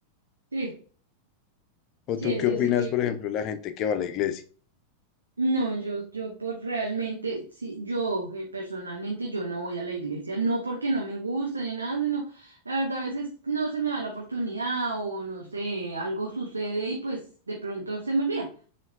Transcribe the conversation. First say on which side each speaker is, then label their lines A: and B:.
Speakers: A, on the right; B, on the left.
A: Sí,
B: ¿O
A: sí,
B: tú
A: eso
B: qué Sí. opinas,
A: sí,
B: por ejemplo, la gente que va a la iglesia?
A: No, yo, yo por realmente, sí, yo eh, personalmente yo no voy a la iglesia, no porque no me guste ni nada, sino la verdad a veces no se me da la oportunidad o no sé, algo sucede y pues de pronto se me olvida.